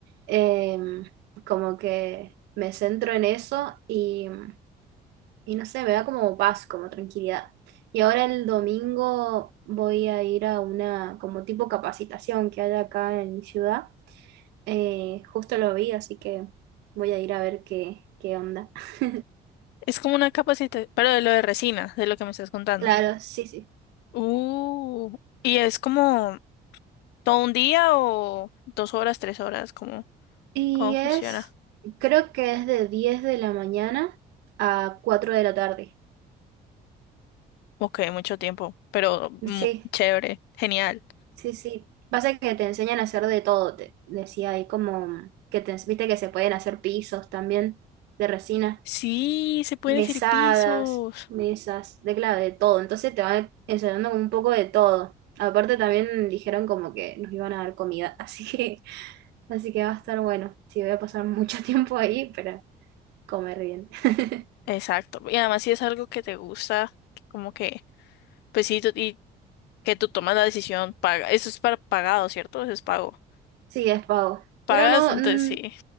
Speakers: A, on the right; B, on the left.
A: Em, como que me centro en eso y, mm, y no sé, me da como paz, como tranquilidad. Y ahora el domingo voy a ir a una como tipo capacitación que hay acá en mi ciudad. Eh, justo lo vi, así que voy a ir a ver qué, qué onda. <laughs>
B: Es como una capacitación, pero de lo de resina, de lo que me estás contando.
A: Claro, sí, sí.
B: Uh, y es como todo un día o dos horas, tres horas, ¿cómo,
A: Y
B: cómo funciona?
A: es, creo que es de 10 de la mañana a 4 de la tarde.
B: Ok, mucho tiempo, pero mu-
A: Sí,
B: chévere, genial.
A: sí, sí. Pasa que te enseñan a hacer de todo, te decía ahí como que te viste que se pueden hacer pisos también de resina,
B: Sí, se pueden
A: mesadas,
B: decir pisos.
A: mesas, de claro, de todo. Entonces te van enseñando como un poco de todo. Aparte también dijeron como que nos iban a dar comida, <laughs> así que, así que va a estar bueno. Sí, voy a pasar mucho <laughs> tiempo ahí, pero comer bien. <laughs>
B: Exacto. Y además si es algo que te gusta, que como que, pues sí, tú- y que tú tomas la decisión, paga. Eso es para pagado, ¿cierto? Eso es pago.
A: Sí, es pago.
B: Pagas,
A: Pero no,
B: entonces
A: mm,
B: sí.